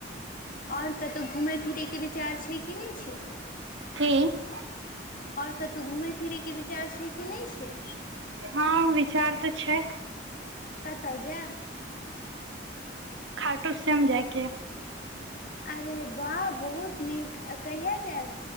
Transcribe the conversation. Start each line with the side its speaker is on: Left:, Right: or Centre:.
Left: अओर कतहु घुमय फिरयके विचार छै, कि नहि छै।
Right: की
Left: आओर कतहु घुमय फिरय के विचार छै कि नहि छै।
Right: ह विचार त छै।
Left: कतऽ जैब
Right: खाटू श्याम जायके यऽ।
Left: अरे वाह बहुत नीक कहिया जैब